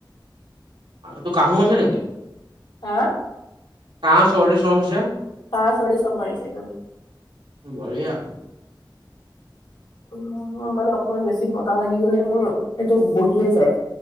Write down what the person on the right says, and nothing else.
তোৰ কাঢ়ো হৈছে নেকি?
কাঁহ চৰ্দি চব হৈছে।
বঢ়িয়া।